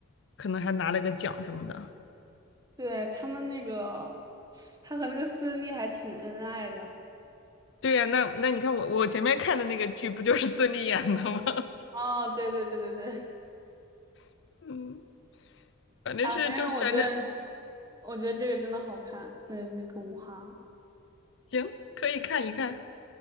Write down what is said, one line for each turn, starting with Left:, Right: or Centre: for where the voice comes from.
Left: 可能还拿了个奖什么的。
Right: 对，他们那个，他和那个孙俪还挺恩爱的。
Left: 对呀，那那你看我我前面看的那个剧不就是孙俪演的吗？
Right: 哦，对对对对对，
Left: <laughs> 嗯，反正是就闲着，
Right: 啊，反正我觉得我觉得这个真的好看，那那个舞哈，
Left: 行，可以看一看。